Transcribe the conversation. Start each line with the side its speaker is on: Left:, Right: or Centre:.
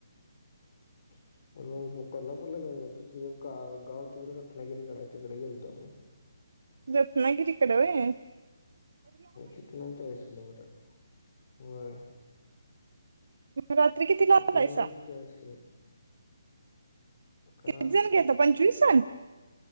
Left: <unintelligible> कोल्हापूरला गेलो नव्हतो तिच गाव तिकडे रत्नागिरीकडे आहे तिकडे गेलतो आम्ही.
Right: रत्नागिरीकडे होय.
Left: तिथन चाळीस किलोमीटर होय. <inaudible>
Right: रात्री किती ला
Left: तिथनं
Right: आलायसा?
Left: आणि चाळीस किलो करा
Right: किती जण गेलता पंचवीस जन?